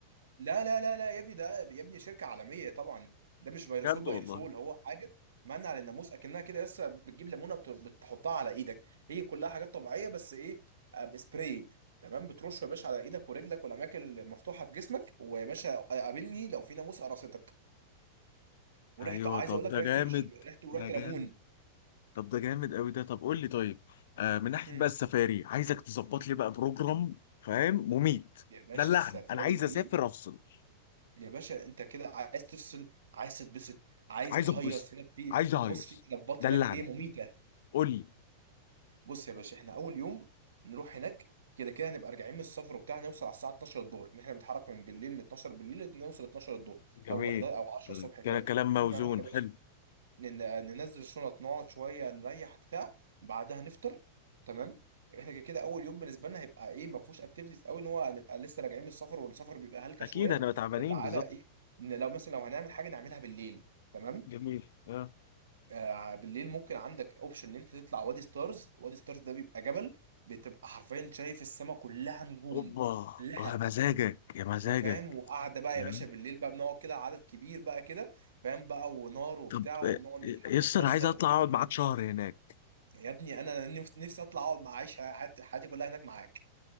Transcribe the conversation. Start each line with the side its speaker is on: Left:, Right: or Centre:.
Right: لا لا لا لا يا ابني ده يا ابني شركة عالمية طبعا ده مش فيروسول
Left: بجد
Right: فيروسول
Left: والله
Right: هو حاجة منع للناموس اكنها كده لسه بتجيب ليمونة بت- بتحطها على ايدك هي كلها حاجات طبيعية بس ايه آه، بسبراي تمام بترش يا باشا على ايدك ورجلك والاماكن اللي مفتوحة في جسمك ويا باشا قابلني لو في ناموس قرصتك وريحته
Left: ايوه
Right: عايز
Left: طب
Right: اقول لك
Left: ده
Right: ريحته
Left: جامد
Right: مش ريحته
Left: ده
Right: ريحة ليمون
Left: جامد طب ده جامد قوي ده طب قول لي طيب آه من ناحيه
Right: هم.
Left: بقى السفاري عايزك تظبط لي بقى بروجرام فاهم مميت
Right: يا باشا
Left: دلعني
Right: السفاري
Left: انا عايز
Right: دي
Left: اسافر افصل
Right: يا باشا انت كده عايز تفصل عايز تتبسط عايز
Left: عايز
Right: تهيص
Left: ابسط
Right: هناك في
Left: عايز اهيص
Right: بص في كلابات
Left: دلعني
Right: هناك ايه مميتة
Left: قول لي
Right: بص يا باشا احنا اول يوم نروح هناك كده كده هنبقى راجعين من السفر وبتاع نوصل على الساعه 12 الظهر ان احنا بنتحرك من بالليل من 12 بالليل نوصل 12 الظهر
Left: جميل
Right: او 11 او 10 الصبح كده
Left: كده كلام موزون
Right: احنا هنروح يا باشا
Left: حلو
Right: نن- ننزل الشنط نقعد شويه نريح بتاع بعدها نفطر تمام احنا كده كده اول يوم بالنسبه لنا هيبقى ايه ما فيهوش اكتيفيتيز قوي ان هو هنبقى لسه راجعين من السفر والسفر بيبقى هلكه
Left: اكيد
Right: شويه
Left: احنا تعبانين
Right: تعالى
Left: بالظبط
Right: ايه إن لو مثلا لو هنعمل حاجه نعملها بالليل تمام
Left: جميل اه
Right: آه، بالليل ممكن عندك اوبشن ان انت تطلع وادي ستارز وادي ستارز ده بيبقى جبل بتبقى حرفيا شايف السماء كلها نجوم
Left: اوبا
Right: كلها
Left: آه، يا مزاجك يا مزاجك
Right: وفاهم وقعده بقى يا باشا
Left: آه.
Right: بالليل بقى بنقعد كده عدد كبير بقى كده فاهم بقى ونار وبتاع
Left: طب
Right: وبنقعد
Left: آه،
Right: نضحك
Left: يس
Right: ونهزر
Left: انا عايز اطلع
Right: و...
Left: اقعد معاك شهر هناك
Right: يا ابني انا نفسي نفسي اطلع اقعد مع عيش حياتي حياتي كلها هناك معاك